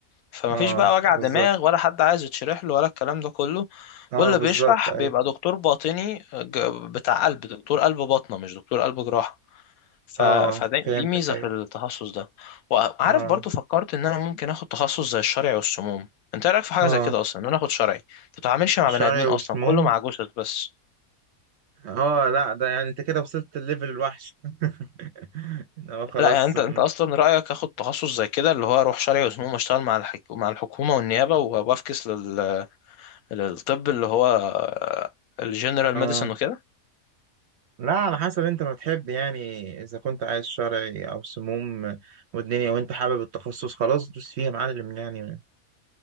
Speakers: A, on the left (about 80°); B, on the right (about 65°).
A: فمفيش
B: اه
A: بقى وجع
B: بالظبط
A: دماغ ولا حد عايز يتشرح له ولا الكلام ده كله
B: اه
A: واللي
B: بالظبط
A: بيشرح
B: ايوه
A: بيبقى دكتور باطني ج- بتاع قلب دكتور قلب باطنة مش دكتور قلب جراحة ف...
B: اه
A: فدي
B: فهمتك
A: دي ميزة
B: ايوه
A: في التخصص ده وعارف
B: اه
A: برضو فكرت إن أنا ممكن آخد تخصص زي الشرعي والسموم أنت إيه رأيك في حاجة
B: اه
A: زي كده أصلا إن أنا آخد شرعي ما بتتعاملش مع بني
B: شعري
A: آدمين أصلا
B: وسموم
A: كله مع جثث بس
B: اه لا ده يعني انت كده وصلت الليفل الوحش <laughs> اه خلاص
A: لا يعني انت
B: م،
A: انت اصلا رايك اخد تخصص زي كده اللي هو اروح شرعي وسموم اشتغل مع الحك... مع الحكومه والنيابه وافكس لل... للطب اللي هو الجنرال
B: اه
A: ميديسن وكده
B: لا على حسب انت ما بتحب يعني اذا كنت عايز شرعي او سموم والدنيا وانت حابب التخصص خلاص دوس فيها يا معلم يعني